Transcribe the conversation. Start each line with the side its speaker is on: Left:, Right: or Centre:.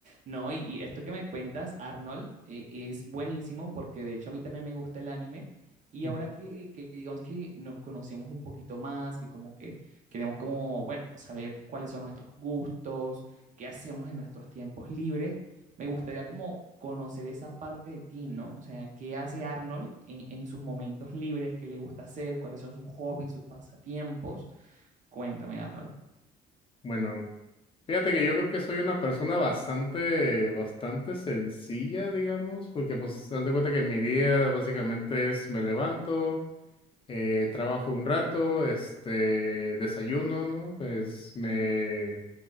Right: No, y, y esto que me cuentas, Arnold, eh, es buenísimo porque de hecho a mí también me gusta el anime. Y
Left: Ujú.
Right: ahora que, que digamos que nos conocemos un poquito más, que como que queremos como, bueno, saber cuáles son nuestros gustos, qué hacemos en nuestros tiempos libres, me gustaría como conocer esa parte de ti, ¿no? O sea, ¿qué hace Arnold en, en sus momentos libres? ¿Qué le gusta hacer? ¿Cuáles son sus hobbies, sus pasatiempos? Cuéntame, Arnold.
Left: Bueno, fíjate que yo creo que soy una persona bastante, bastante sencilla, digamos, porque pues haz de cuenta que mi día básicamente es me levanto, eh, trabajo un rato, este, desayuno, ¿no? Pues me